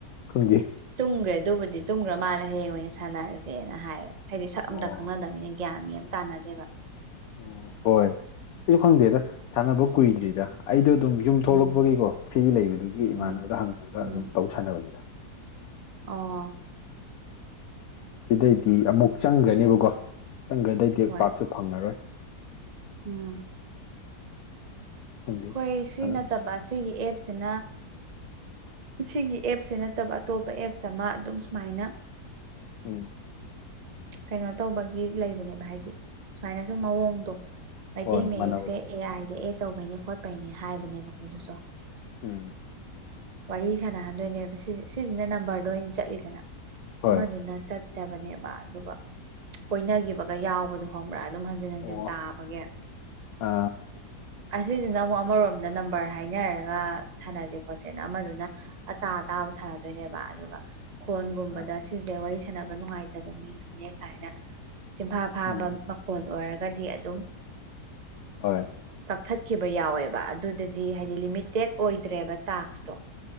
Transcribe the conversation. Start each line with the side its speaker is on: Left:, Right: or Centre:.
Left: ꯈꯪꯗꯦ
Right: ꯇꯨꯝꯈ꯭ꯔꯦ ꯑꯗꯨꯕꯨꯗꯤ ꯇꯨꯝꯈ꯭ꯔ ꯃꯥꯜꯂꯦ ꯍꯌꯦꯡ ꯑꯣꯏꯅ ꯁꯥꯟꯅꯔꯁꯦꯅ ꯍꯥꯏꯌꯦ ꯍꯥꯏꯗꯤ ꯁꯛ ꯑꯝꯇ
Left: ꯑꯣ
Right: ꯈꯪꯅꯗꯕꯅꯤꯅ ꯒ꯭ꯌꯥꯟ ꯃꯦꯠ ꯑꯃ ꯇꯥꯟꯅꯗꯦꯕ
Left: ꯑꯣ ꯍꯣꯏ ꯑꯩꯁꯨ ꯈꯪꯗꯦꯗ ꯁꯥꯟꯅꯕ ꯀꯨꯏꯗ꯭ꯔꯤꯗ ꯑꯩꯗꯣ ꯑꯗꯨꯝ ꯌꯨꯝ
Right: ꯎꯝ
Left: ꯊꯣꯛꯂꯛꯄꯒꯤꯀꯣ ꯐ꯭ꯔꯤ ꯂꯩꯕꯗꯨꯒꯤ
Right: ꯎꯝ
Left: ꯏꯃꯥꯟꯅꯕꯗ ꯍꯪꯉꯒ
Right: ꯎꯝ
Left: ꯑꯗꯨꯝ ꯇꯧ ꯁꯥꯟꯅꯕꯅꯤꯗ
Right: ꯑꯣ
Left: ꯁꯤꯗꯩꯗꯤ ꯑꯃꯨꯛ ꯆꯪꯒ꯭ꯔꯅꯦꯕꯀꯣ ꯆꯪꯒ꯭ꯔꯗꯩꯗꯤ
Right: ꯍꯣꯏ
Left: ꯄꯥꯛꯁꯨ ꯐꯪꯉꯔꯣꯏ
Right: ꯎꯝ
Left: ꯈꯪꯗꯦ
Right: ꯍꯣꯏ ꯁꯤ
Left: ꯁꯥꯟꯅꯞ
Right: ꯅꯠꯇꯕ ꯑꯁꯤꯒꯤ ꯑꯦꯞꯁꯤꯅ ꯁꯤꯒꯤ ꯑꯦꯞꯁꯦ ꯅꯠꯇꯕ ꯑꯇꯣꯞꯄ ꯑꯦꯞꯁ ꯑꯃ ꯑꯗꯨꯝ ꯁꯨꯃꯥꯏꯅ
Left: ꯎꯝ
Right: ꯀꯩꯅꯣ ꯇꯧꯕꯒꯤ ꯂꯩꯕꯅꯦꯕ ꯍꯥꯏꯗꯤ ꯁꯨꯃꯥꯏꯅꯁꯨ ꯃꯑꯣꯡꯗꯣ ꯃꯩꯇꯩ
Left: ꯍꯣꯏ
Right: ꯃꯌꯦꯛꯁꯦ
Left: ꯃꯥꯟꯅꯕꯗꯣ
Right: ꯑꯦ ꯑꯥꯏꯗ ꯑꯦꯠ ꯇꯧꯕꯩꯅꯦ ꯈꯣꯠꯄꯩꯅꯦ ꯍꯥꯏꯕꯅꯦꯕꯀꯣ ꯑꯗꯨꯁꯨ
Left: ꯎꯝ
Right: ꯋꯥꯔꯤ ꯁꯥꯟꯅꯍꯟꯗꯣꯏꯅꯦꯕ ꯁꯤꯁꯤꯅ ꯅꯝꯕꯔꯗꯣ ꯑꯣꯏꯅ ꯆꯠꯂꯤꯗꯅ
Left: ꯍꯣꯏ
Right: ꯑꯃꯗꯨꯅ ꯆꯠ ꯆꯠꯇꯕꯅꯦꯕ ꯑꯗꯨꯒ ꯀꯣꯏꯅꯒꯤꯕꯒ ꯌꯥꯎꯕꯗꯣ ꯈꯣꯕ꯭ꯔꯥ ꯑꯗꯨꯝ ꯍꯟꯖꯤꯟ ꯍꯟꯖꯤꯟ
Left: ꯑꯣ
Right: ꯇꯥꯕꯒꯤ
Left: ꯑ
Right: ꯑꯁꯤꯁꯤꯅ ꯑꯃꯨꯛ ꯑꯃꯔꯣꯝꯗ ꯅꯝꯕꯔ ꯍꯥꯏꯅꯔꯒ ꯁꯥꯟꯅꯁꯦ ꯈꯣꯠꯁꯦ ꯑꯃꯗꯨꯅ ꯑꯇꯥ ꯑꯇꯥꯕ ꯁꯥꯟꯅꯗꯣꯏꯅꯦꯕ ꯑꯗꯨꯒ ꯈꯣꯟꯒꯨꯝꯕꯗ
Left: ꯑ
Right: ꯁꯤꯁꯦ ꯋꯥꯔꯤ ꯁꯅꯕ ꯅꯨꯡꯉꯥꯏꯇꯕ ꯃꯤꯗꯨꯅꯦ ꯀꯥꯏꯅ ꯆꯤꯟꯐꯥ ꯐꯥꯕ
Left: ꯎꯝ
Right: ꯈꯣꯟ ꯑꯣꯏꯔꯒꯗꯤ ꯑꯗꯨꯝ
Left: ꯍꯣꯏ
Right: ꯀꯛꯊꯠꯈꯤꯕ ꯌꯥꯎꯋꯦꯕ ꯑꯗꯨꯗꯗꯤ ꯍꯥꯏꯗꯤ ꯂꯤꯃꯤꯇꯦꯠ ꯑꯣꯏꯗ꯭ꯔꯦꯕ ꯇꯥꯛꯁꯇꯣ